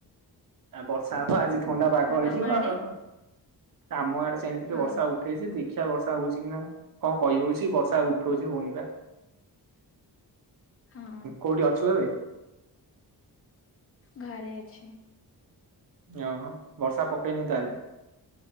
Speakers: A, on the right; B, on the left.
A: ଆ ବର୍ଷା ହବ ଆଜି ଥଣ୍ଡା ପାଗ
B: ଆଉ
A: ହେଇଯିବ
B: ତମ ଆଡେ?
A: ଆଉ କାମ ସେମି ଟିକେ
B: ହଁ
A: ବର୍ଷା ଉଠେଇଛି ଶିଆ ବର୍ଷା ହଉଛି କି ନା କଣ କହି ହଉଛି ବର୍ଷା ଉଠଉଛି ହଉନି।
B: ହଁ
A: କୋଉଠି ଅଛୁ ଏବେ।
B: ଘରେ ଅଛି
A: ଓ ବର୍ଷା ପକେଇନି ତାହେଲେ